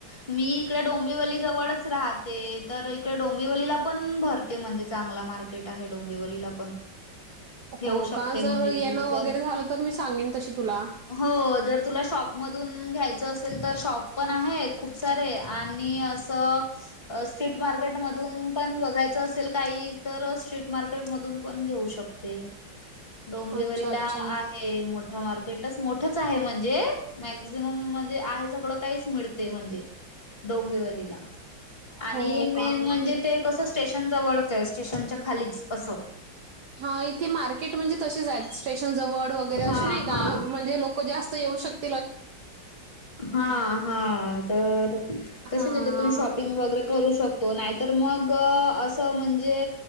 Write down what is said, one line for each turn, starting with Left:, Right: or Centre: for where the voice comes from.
Left: मी इकडे डोंबिवली जवळच राहते तर इकडे डोंबिवलीला पण भर ते म्हणते चांगला मार्केट आहे डोंबिवलीला पण. घेऊ
Right: हो
Left: शकते
Right: का जर
Left: म्हणजे
Right: येण
Left: तू जर
Right: वगैरे झालं तर मी सांगेन तशी तुला.
Left: हो जर तुला शॉपमधून घ्यायचं असेल तर शॉप पण आहेत. खूप सारे आणि असं अ स्ट्रीट मार्केटमधून पण बघायचं असेल काही तर स्ट्रीट मार्केटमधून पण घेऊ शकतोय.
Right: <inaudible>
Left: डोंबिवलीला
Right: अच्छा, अच्छा.
Left: आहे मोठा मार्केट. तस मोठच आहे म्हणजे मॅक्सीमम म्हणजे आहे सगळं काहीच मिळते म्हणजे डोंबिवलीला. आणि
Right: हो
Left: मेन
Right: का?
Left: म्हणजे ते कस स्टेशन जवळच आहे स्टेशनच्या खालीच असं.
Right: हा इथे मार्केट म्हणजे? तसेच आहेत स्टेशन वर्ड वगैरे असे
Left: हा
Right: नाही का
Left: हा
Right: म्हणजे लोक जास्त येऊ शकत
Left: हा हा तर
Right: हां.
Left: कशी तुम्ही. <unintelligible> किंग वगैरे करू शकतो नाहीतर मग असं म्हणजे